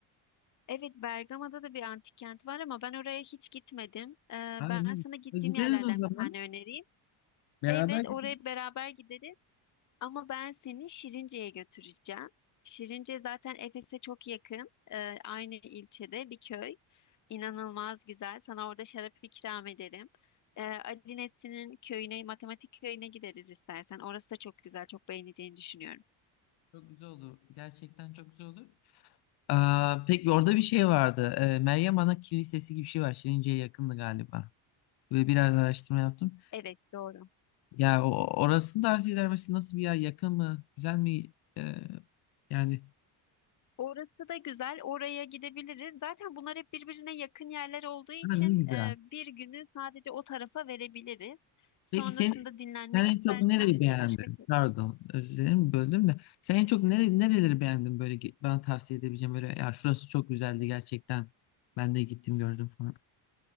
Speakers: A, on the left; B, on the left.
A: Evet, Bergama'da da bir antik kent var ama ben oraya hiç gitmedim. Ee,
B: Ha,
A: ben
B: ne güzel.
A: sana gittiğim
B: E, Gideriz
A: yerlerden
B: o zaman.
A: bir tane önereyim.
B: Beraber
A: Evet,
B: gideriz.
A: oraya beraber gideriz ama ben seni Şirince'ye götüreceğim. Şirince zaten Efes'e çok yakın. Ee, aynı ilçede bir köy. İnanılmaz güzel. Sana orada şarap ikram ederim. Ee, Ali Nesli'nin köyüne, matematik köyüne gideriz istersen. Orası da çok güzel, çok beğeneceğini düşünüyorum.
B: Çok güzel olur. Gerçekten çok güzel olur. Aa, peki orada bir şey vardı. Ee, Meryem Ana Kilisesi gibi bir şey var. Şirince'ye yakındı galiba. Ve biraz araştırma yaptım.
A: Evet, doğru.
B: Ya o, orasını tavsiye eder misin? Nasıl bir yer? Yakın mı? Güzel mi? Ee, yani
A: Orası da güzel. Oraya gidebiliriz. Zaten bunlar hep birbirine yakın yerler olduğu için
B: Ha, ne güzel.
A: e, bir günü sadece o tarafa verebiliriz. Sonrasında
B: Peki sen,
A: dinlenmek
B: sen en
A: istersen
B: çok nereyi beğendin?
A: başka şey.
B: Pardon, özür dilerim böldüm de. Sen en çok nere, nereleri beğendin böyle ge- bana tavsiye edebileceğim böyle ya şurası çok güzeldi gerçekten. Ben de gittim gördüm falan.